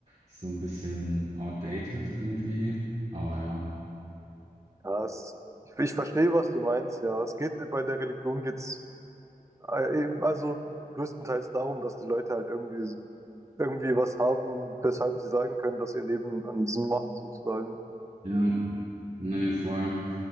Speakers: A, on the right (about 45°); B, on the right (about 20°).
A: Ist so ein bisschen outdated irgendwie, aber ja.
B: ja, es, ich, ich verstehe, was du meinst, ja. Es geht bei der Religion geht's äh, eben- also größtenteils darum, dass die Leute halt irgendwie irgendwie was haben, weshalb sie sagen können, dass ihr Leben einen Sinn macht, sozusagen.
A: Ja, nee, voll.